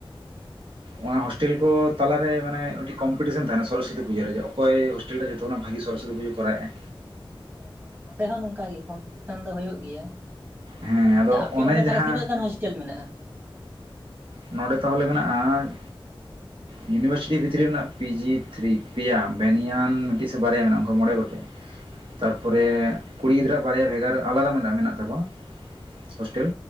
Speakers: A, on the right (about 25°); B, on the right (about 65°).
A: ᱦᱮᱸ
B: ᱚᱱᱟ ᱦᱳᱥᱴᱮᱞ ᱠᱚ ᱛᱟᱞᱟᱨᱮ ᱢᱟᱱᱮ ᱢᱤᱫᱴᱤᱡ ᱠᱚᱢᱯᱤᱴᱤᱥᱮᱱ ᱛᱟᱦᱮᱱᱟ ᱥᱚᱨᱚᱥᱚᱛᱤ ᱯᱩᱡᱟᱹ ᱨᱮ ᱡᱮ ᱚᱠᱚᱭ ᱦᱳᱥ- ᱴᱮᱞ ᱨᱮ ᱡᱚᱛᱚ ᱠᱷᱚᱱᱟᱜ ᱵᱷᱟᱹᱜᱤ ᱥᱚᱨᱚᱥᱚᱛᱤ ᱯᱩᱡᱟᱹ ᱠᱚᱨᱟᱣᱭᱮᱼᱟᱭ᱾
A: ᱚ ᱦᱚ ᱱᱚᱸᱰᱮ ᱦᱚᱸ ᱱᱚᱝᱠᱟᱜᱮ ᱠᱚᱢᱯᱤᱴᱤᱥᱮᱱ ᱫᱚ ᱦᱩᱭᱩᱜ ᱜᱮᱭᱟ᱾
B: ᱦᱮᱸ
A: ᱟᱪᱪᱷᱟ
B: ᱟᱫᱚ
A: ᱟᱯᱮ
B: ᱚᱱᱮ
A: ᱚᱸᱰᱮ ᱛᱟᱦᱚᱞᱮ
B: ᱡᱟᱦᱟᱸ
A: ᱛᱤᱱᱟᱹᱜ ᱜᱟᱱ ᱦᱳᱥᱴᱮᱞ ᱢᱮᱱᱟᱜᱼᱟ?
B: ᱱᱚᱸᱰᱮ ᱛᱟᱦᱚᱞᱮ ᱢᱮᱱᱟᱜᱼᱟ ᱤᱭᱩᱱᱤᱵᱷᱟᱨᱥᱤᱴᱤ ᱵᱷᱤᱛᱨᱤ ᱨᱮ ᱢᱮᱱᱟᱜᱼᱟ ᱯᱤᱡᱤ ᱛᱷᱨᱤ ᱯᱮᱭᱟ ᱵᱮᱱᱤᱭᱟᱱ ᱢᱤᱫᱴᱤᱡ ᱥᱮ ᱵᱟᱨᱭᱟ ᱢᱮᱱᱟᱜᱼᱟ ᱚᱱᱠᱟ ᱢᱚᱬᱮ ᱜᱚᱴ-
A: <inaudible>
B: ᱛᱟᱨᱯᱚᱨᱮ
A: ᱚ
B: ᱠᱩᱲᱤ ᱜᱤᱫᱽᱨᱟᱹ ᱵᱟᱨᱭᱟ ᱵᱷᱮᱜᱟᱨ ᱟᱞᱟᱫᱟ ᱢᱮᱱᱟᱜᱼᱟ ᱢᱮᱱᱟᱜ ᱛᱟᱠᱚᱣᱟ
A: ᱦᱩᱸ
B: ᱦᱳᱥᱴᱮᱞ᱾